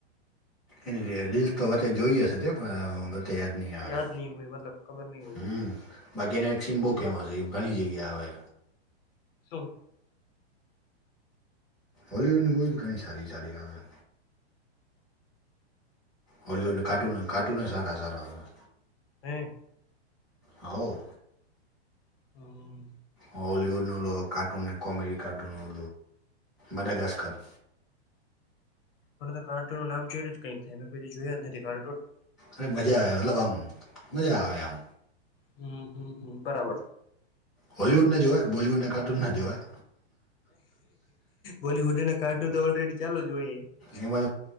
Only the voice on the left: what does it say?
યાદ નહી હોય મતલબ ખબર નહી હોય
શું
બરાબર
હમ્મ
હમ
મને તો કાર્ટૂન નામ જોયને જ કંઈક થાય મે તો જોયા જ નથી કાર્ટૂન -
હમ્મ હમ્મ હમ્મ બરાબર
બોલીવુડ ના કાર્ટૂન તો ઓલરેડી ચાલુ જ હોય